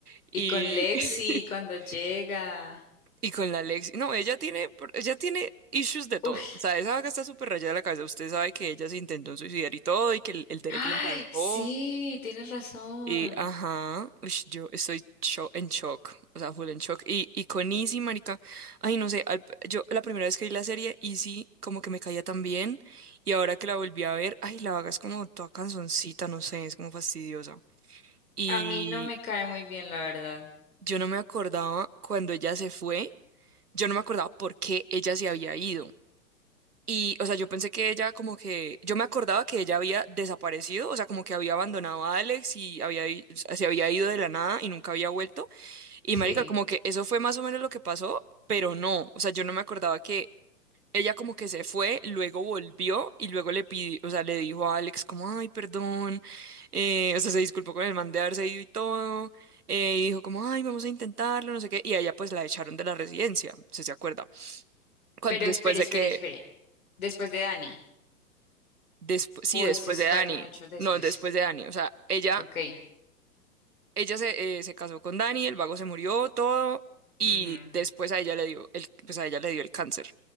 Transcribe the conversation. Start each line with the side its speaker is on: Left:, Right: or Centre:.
Right: y...
Left: Y con Lexi cuando
Right: <laughs>
Left: llega.
Right: Y con la Lexi, no, ella tiene, pro- ella tiene issues de todo.
Left: Uy.
Right: O sea, esa vaca está súper rayada de la cabeza. Usted sabe que ella se intentó suicidar y todo, y que el, el Derek
Left: Ay,
Right: la salvó.
Left: sí, tienes razón.
Right: Y ajá, ush, yo estoy cho- en shock, o sea, full en shock. Y, y con Izzy, marica, ay, no sé, al- yo la primera vez que vi la serie, Izzy como que me caía tan bien. Y ahora que la volví a ver, ay, la vaga es como toda canzoncita, no sé, es como fastidiosa. Y
Left: A mí no me cae muy bien, la verdad.
Right: yo no me acordaba cuando ella se fue, yo no me acordaba por qué ella se había ido. Y, o sea, yo pensé que ella como que, yo me acordaba que ella había desaparecido, o sea, como que había abandonado a Alex y había, i- se había ido de la nada y nunca había vuelto. Y
Left: Sí.
Right: marica, como que eso fue más o menos lo que pasó, pero no, o sea, yo no me acordaba que ella como que se fue, luego volvió y luego le pidió, o sea, le dijo a Alex como, ay, perdón, eh, o sea, se disculpó con el man de haberse ido y todo, eh, y dijo como, ay, vamos a intentarlo, no sé qué, y a ella pues la echaron de la residencia, si se acuerda cuando
Left: Pero
Right: después
Left: espere,
Right: de
Left: espere,
Right: que
Left: espere. Después de Dani.
Right: Despu- sí,
Left: O
Right: después
Left: esto se
Right: de
Left: fue
Right: Dani.
Left: hace mucho después.
Right: No, después de Dani. O sea, ella,
Left: Ok.
Right: ella se, eh, se casó con Dani, el vago se murió, todo, y
Left: Ujú.
Right: después a ella le dio el, pues a ella le dio el cáncer.